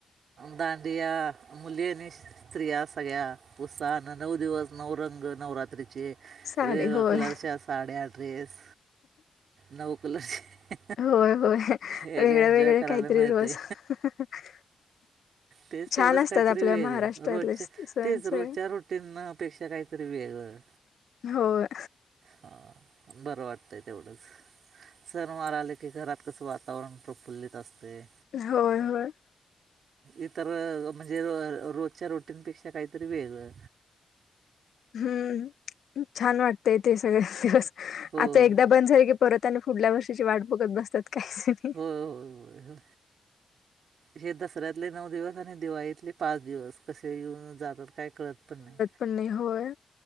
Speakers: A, on the right; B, on the left.
A: दांडिया मुली आणि स्त्रिया सगळ्या उत्साहानं नऊ दिवस नऊ रोज रंग नवरात्रीचे
B: साडी
A: वेगवेगळ्या
B: होय
A: कलरच्या साड्या ड्रेस नऊ कलर चे
B: होय होय
A: हे
B: वेगळे
A: का एन्जॉय
B: वेगळे
A: करायला
B: काहीतरी
A: मिळते.
B: <unintelligible>
A: तेच तेवढंच
B: असतात
A: काहीतरी
B: आपल्या
A: वेग
B: महाराष्ट्रातले
A: रोजच्या
B: स- सण
A: तेच
B: सगळे
A: रोजच्या रुटीनपेक्षा काहीतरी वेगळं.
B: होय.
A: हां बरं वाटतंय तेवढंच! सणवार आले की घरात कस वातावरण प्रफुल्लित असतय.
B: होय होय.
A: इतर म्हणजे रोजच्या रुटीनपेक्षा काहीतरी वेगळ.
B: <inaudible> हम्म छान वाटतय ते सगळे दिवस
A: होय
B: आता एकदा बंद झाले की परत आणि पुढल्या वर्षीची वाट बघत बसतात काही जणी!
A: होय होय होय हे दसऱ्यातले नऊ दिवस, आणि दिवाळीतले पाच दिवस कसे येऊन जातात काय कळत पण नाही
B: पण नाही होय